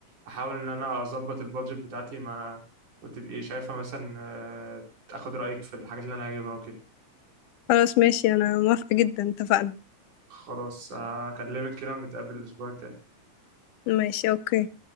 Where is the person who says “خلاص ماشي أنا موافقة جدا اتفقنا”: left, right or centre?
Left